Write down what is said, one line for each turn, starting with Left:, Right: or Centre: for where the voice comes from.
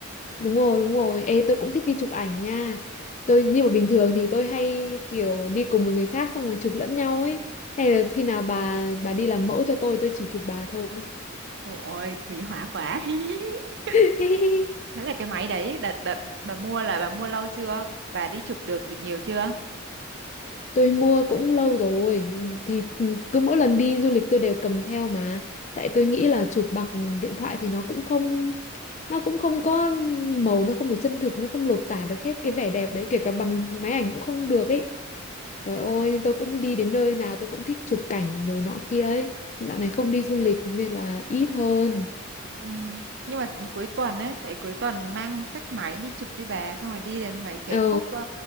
Left: đúng rồi đúng rồi ê tôi cũng thích đi chụp ảnh nha tôi nhưng mà bình thường thì tôi hay kiểu đi cùng một người khác xong rồi chụp lẫn nhau ấy hay là khi nào bà bà đi làm mẫu cho tôi tôi chỉ chụp bà thôi
Right: Ôi, quý hóa quá. <laughs>
Left: <laughs>
Right: Thế là cái máy đấy đợt đợt bà mua là bà mua lâu chưa? Bà đi chụp được nhiều chưa?
Left: Tôi mua cũng lâu rồi thì cứ mỗi lần đi du lịch tôi đều cầm theo mà tại tôi nghĩ là chụp bằng điện thoại thì nó cũng không nó cũng không có màu nó không được chân thực nó không lột tả được hết cái vẻ đẹp đấy kể cả bằng máy ảnh cũng không được ấy rồi ôi nên tôi cũng đi đến nơi nào tôi cũng thích chụp cảnh rồi nọ kia ấy dạo này không đi du lịch nên là ít hơn
Right: Ừ, nhưng mà cuối tuần ấy, vậy cuối tuần mang sách máy đi chụp đi bà, xong rồi đi đến mấy cái
Left: ờ
Right: khúc ờ,